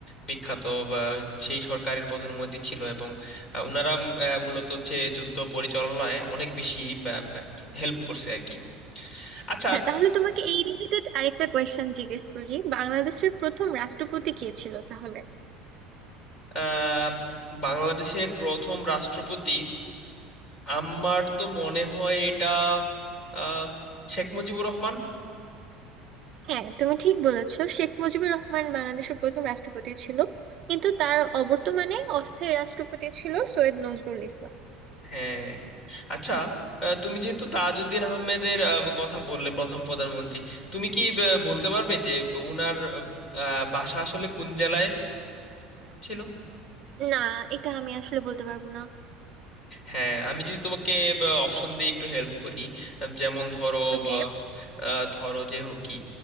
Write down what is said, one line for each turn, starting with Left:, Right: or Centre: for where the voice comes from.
Left: বিখ্যাত বা সেই সরকারের প্রধানমন্ত্রী ছিল এবং আহ, ওনারা আহ, মূলত হচ্ছে যুদ্ধ পরিচালনায় অনেক বেশি হেল্প করছে আর কি আচ্ছা
Right: আচ্ছা তাহলে তোমাকে এই রিলেটেড আরেকটা কোয়েশ্চেন জিজ্ঞেস করি বাংলাদেশের প্রথম রাষ্ট্রপতি কে ছিল তাহলে
Left: আহ, বাংলাদেশের প্রথম রাষ্ট্রপতি আমার তো মনে হয় এটা আহ, শেখ মুজিবুর রহমান
Right: হ্যাঁ তুমি ঠিক বলেছো শেখ মুজিবুর রহমান বাংলাদেশের প্রথম রাষ্ট্রপতি ছিল কিন্তু তার অবর্তমানে অস্থায়ী রাষ্ট্রপতি ছিল সৈয়দ নজরুল ইসলাম
Left: হ্যাঁ আচ্ছা আহ, তুমি যেহেতু তাজউদ্দিন আহমেদের আহ, কথা বললে প্রথম প্রধানমন্ত্রী তুমি কি আহ, বলতে পারবে যে উনার আহ, বাসা আসলে কোন জেলায় ছিল
Right: না এটা আমি আসলে বলতে পারবো না
Left: হ্যাঁ আমি যদি তোমাকে অপশন দিয়ে একটু হেল্প করি আহ, যেমন ধরো
Right: ওকে
Left: আহ, আহ, ধরো যে হোক কি